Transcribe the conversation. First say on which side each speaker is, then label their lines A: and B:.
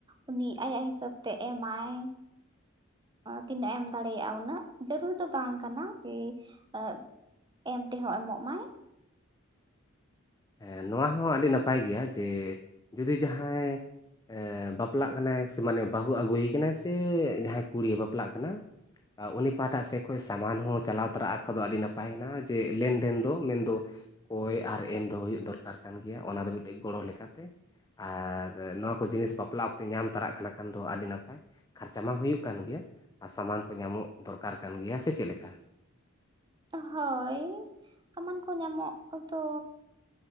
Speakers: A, on the right (about 20°); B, on the left (about 15°).
A: ᱩᱱᱤ ᱟᱭᱟᱜ ᱦᱤᱥᱟᱹᱵᱽ ᱛᱮ ᱮᱢᱟᱭ᱾ ᱛᱤᱱᱟᱹᱜ ᱮᱢ ᱫᱟᱲᱮᱭᱟᱜ-ᱟ ᱩᱱᱟᱹᱜ ᱡᱟᱹᱨᱩᱲᱴᱨᱤ ᱫᱚ ᱵᱟᱝ ᱠᱟᱱᱟ ᱠᱤ ᱮᱸ ᱮᱢ ᱛᱮᱦᱚᱸ ᱮᱢᱚᱜ ᱢᱟᱭ᱾
B: ᱦᱮᱸ ᱱᱚᱣᱟ ᱦᱚᱸ ᱟᱹᱰᱤ ᱱᱟᱯᱟᱭ ᱜᱮᱭᱟ ᱡᱮ ᱡᱩᱫᱤ ᱡᱟᱦᱟᱸᱭ ᱮᱸ ᱵᱟᱯᱞᱟᱜ ᱠᱟᱱᱟᱭ ᱥᱮ ᱢᱟᱱᱮ ᱵᱟᱹᱦᱩ ᱟᱹᱜᱩᱭᱮ ᱠᱟᱱᱟᱭ ᱥᱮ ᱡᱟᱦᱟᱸᱭ ᱠᱩᱲᱤ ᱵᱟᱯᱞᱟᱜ ᱠᱟᱱᱟ ᱟ ᱩᱱᱤ ᱯᱟᱦᱴᱟ ᱥᱮᱫ ᱠᱷᱚᱱ ᱥᱟᱢᱟᱱ ᱦᱚᱸ ᱪᱟᱞᱟᱣ ᱛᱚᱨᱟᱜ ᱠᱷᱚ ᱫᱚ ᱟᱹᱰᱤ ᱱᱟᱯᱟᱭ ᱦᱮᱱᱟᱜ-ᱟ ᱡᱮ ᱞᱮᱱᱫᱮᱱ ᱫᱚ ᱢᱮᱱᱫᱚ ᱠᱚᱭ ᱟᱨ ᱮᱢ ᱫᱚ ᱦᱩᱭᱩᱜ ᱫᱚᱨᱠᱟᱨ ᱠᱟᱱ ᱜᱮᱭᱟ ᱚᱱᱟ ᱫᱚ ᱢᱤᱫᱴᱮᱡ ᱜᱚᱲᱚ ᱞᱮᱠᱟᱛᱮ᱾ ᱟᱨ ᱱᱚᱣᱟ ᱠᱚ ᱡᱤᱱᱤᱥ ᱵᱟᱯᱞᱟ ᱚᱠᱛᱮ ᱧᱟᱢ ᱛᱚᱨᱟᱜ ᱠᱟᱱᱟ ᱠᱷᱟᱱ ᱫᱚ ᱟᱹᱰᱤ ᱱᱟᱯᱟᱭ᱾ ᱠᱷᱚᱴᱟᱨᱪᱟ ᱢᱟ ᱦᱩᱭᱩᱜ ᱠᱟᱱ ᱜᱮᱭᱟ ᱟᱨ ᱥᱟᱢᱟᱱ ᱠᱚ ᱧᱟᱢᱚᱜ ᱫᱚᱨᱠᱟᱨ ᱠᱟᱱ ᱜᱮᱭᱟ, ᱥᱮ ᱪᱮᱫ ᱞᱮᱠᱟ?
A: ᱦᱳᱭ ᱥᱟᱢᱟᱱ ᱠᱚ ᱧᱟᱢᱚᱜ ᱫᱚ